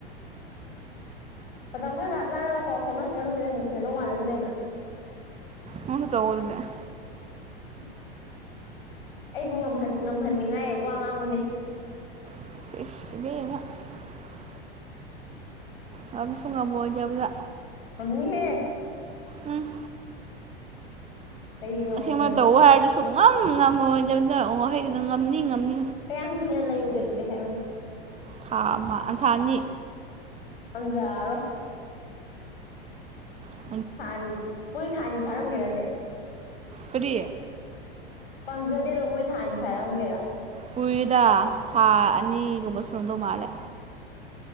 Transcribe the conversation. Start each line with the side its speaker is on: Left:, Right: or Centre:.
Left: ꯑꯁ ꯃꯇꯝ ꯈꯔ ꯂꯥꯞꯅꯔꯒ ꯄꯥꯎ ꯐꯥꯎꯅꯁꯤꯔꯒꯃꯤꯗ ꯅꯨꯡꯁꯤꯅꯗꯧ ꯃꯥꯜꯂꯦ ꯑꯗꯨꯅꯦ ꯍꯦꯟꯅ
Right: ꯎꯅ ꯇꯧꯕꯔꯗ
Left: ꯑꯁ ꯑꯩꯕꯨ ꯉꯍ ꯉꯝꯍꯟꯅꯤꯡꯉꯥꯏ ꯋꯥ ꯉꯥꯡꯉꯨꯅꯦ
Right: <inaudible> ꯃꯝ ꯁꯣꯡꯥ ꯑꯩ ꯌꯥꯕꯖ
Left: ꯁꯝꯅꯤ ꯍꯦ
Right: ꯎꯝ
Left: ꯑꯩ ꯉꯝꯃꯣꯏꯗꯕꯅꯤ
Right: ꯑꯁꯦꯡꯕ ꯇꯧ ꯍꯥꯏꯔꯁꯨ ꯁꯨꯡꯉꯝ ꯉꯝꯃꯣꯏꯗꯕꯗ ꯋꯥꯍꯩꯗ ꯉꯝꯅꯤ ꯉꯝꯅꯤ
Left: ꯀꯌꯥꯝ ꯀꯨꯏꯅ ꯂꯩꯌꯨꯒꯦ ꯑꯗꯨꯗꯤ ꯍꯥꯏꯌꯅꯦ
Right: ꯊꯥ ꯑꯃ ꯊꯥ ꯑꯅꯤ
Left: ꯑꯝꯖꯥꯔꯣ
Right: ꯎꯝ
Left: ꯊꯥꯅꯤꯗꯤ ꯃꯣꯏ ꯊꯥꯅꯤ ꯐꯥꯔꯝꯒꯦꯔꯅꯦ
Right: ꯀꯔꯤ
Left: ꯄꯥꯝꯖꯗꯦꯗꯣ ꯃꯣꯏ ꯊꯥꯅꯤ ꯐꯥꯏꯔꯝꯒꯦꯔꯥ
Right: ꯀꯨꯏꯗ ꯊꯥ ꯑꯅꯤꯒꯨꯝꯕ ꯁꯨꯔꯣꯝꯗꯧ ꯃꯥꯜꯂꯦ